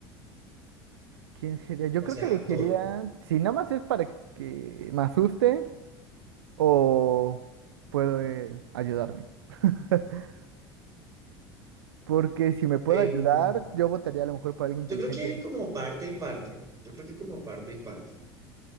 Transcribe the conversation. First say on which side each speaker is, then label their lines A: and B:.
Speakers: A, on the right (about 75°); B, on the right (about 25°).
A: ¿quién sería? Yo
B: o
A: creo
B: sea,
A: que le quería.
B: todo.
A: Si nada más es para que me asuste, o puede ayudarme. <laughs> Porque si me puede
B: Em,
A: ayudar, yo votaría a lo mejor por alguien
B: yo
A: inteligente.
B: creo que como parte y parte. Yo creo que como parte y parte.